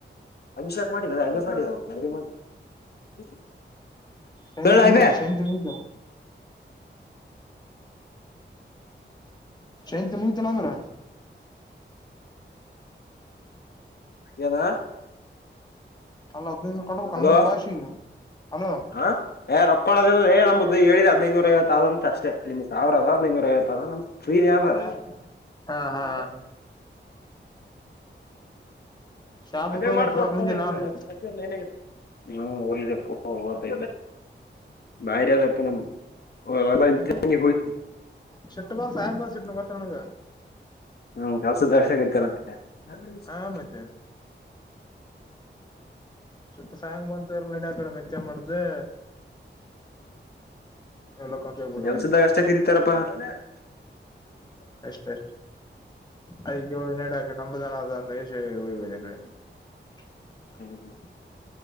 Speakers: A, on the left (about 55°); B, on the left (about 20°).
A: ಅಭಿಷೇಕ್ ಮಾಡಿದ ಹಾಗೇ ಮಾಡಿದ ಅ ಮಾಡ <unintelligible>
B: ಶಂತ
A: ಹೇಳ ಆಬಿ.
B: ಶಂತ ಮುಗಿತಾರ ಶೈಂತಿ ಮುಗತಲ್ಲ ಅಂದ್ರ.
A: ಏನಾ
B: ಅಲ್ಲ ಹದ್ನೈದು ಕೊಡ್ಬೇಕ
A: ಹಲೋ.
B: ಅಂದ್ರ ಪಾಶಿಗೆ ಹಲೋ
A: ಹಾಏ ರೊಕ್ಕೊಳದ ಏ ನಮ್ದು ಹೇಳಿದ ಹದ್ನೈದುನೂರ ಐವತ್ ಆದಂತ ಅಷ್ಟೇ ನಿಮ್ ಸಾವಿರದ <unintelligible> ನೂರ ಐವತ್ ಅದಾ ಫ್ರೀ ಇದ್ಯನಪ್ಪಾ.
B: ಹಾ ಹಾ ಹಾ ಶಾಪುರ್ಕ್
A: ಅದೇ
B: ಹೋಗಿದ್ನ
A: ಮಾಡ್ತ್
B: ಪುಳಪ್
A: ನೋಡಿ
B: ಮುಂಜೆಲ್ಲ
A: ಫೋನ್ಲ್ ಇರು
B: ಅವ್ನು
A: ನೀನು ಲೈನಲ್ ಇರು. ಹಾ ಹೋಗಪ್ಪ ಬಾರಿ ಅದಪ್ಪ ನಮ <unintelligible>
B: ಶೆಟ್ಟ
A: ಅ ಹತಿ
B: ಶೆಟ್ಟ ಬಾಲ್ ಸಾಯಂಗ್ ಬಾಲ್ ಸಿಟ್ನ
A: <unintelligible>
B: ಗೊತ್ತ ನನಗ
A: ಹ್ಮ್ ಕಲ್ಸದಷ ಕತಾರಂತೆ <unintelligible>
B: ಆ ಮತ್ತೆ ಸ್ವಲ್ಪ ಸಾಯಂಗ್ ಬಂತ ಎರ್ ನಡಿ ಆ ಕಡೆ ಮೆಚ್ಚ ಮಾಡ್ದೆ ಎಲ್ಲಕ್ಕಂತ ಹೋಗ್ಬಿಟ್ಟು
A: ಅಔ ಸಧ ಕಷ್ಟ ರಿತಪ್ಪ <unintelligible>
B: ಅಷ್ಟ ಅಷ್ಟ ಅದಗೆ ಹ ನಡಕ ನಂಬುದ ಾವ ಕಡೆ <unintelligible>
A: ಹ್ಮ್ <inaudible>